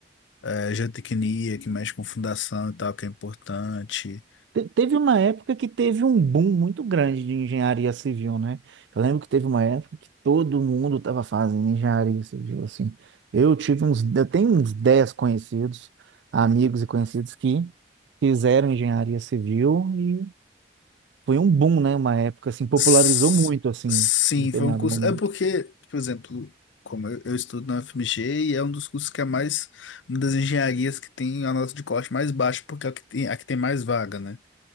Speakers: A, on the left (about 85°); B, on the right (about 75°).
A: é, geotecnia, que mexe com fundação e tal, que é importante.
B: Te- teve uma época que teve um boom muito grande de engenharia civil, né? Eu lembro que teve uma época que todo mundo estava fazendo engenharia civil, assim. Eu tive uns, eu tenho uns 10 conhecidos, amigos e conhecidos que fizeram engenharia civil e foi um boom, né? Uma época, assim, popularizou
A: S-
B: muito, assim,
A: Sim,
B: em determinado
A: foi um curso.
B: momento.
A: É porque, por exemplo, como eu, eu estudo na UFMG e é um dos cursos que é mais, uma das engenharias que tem a nota de corte mais baixa, porque é a que tem, a que tem mais vaga, né?